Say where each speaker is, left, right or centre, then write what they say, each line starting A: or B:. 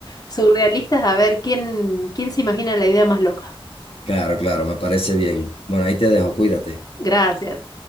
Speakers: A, on the left; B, on the left.
A: surrealistas a ver quién, quién se imagina la idea más loca.
B: Claro, claro, me parece bien. Bueno, ahí te dejo, cuídate.
A: Gracias.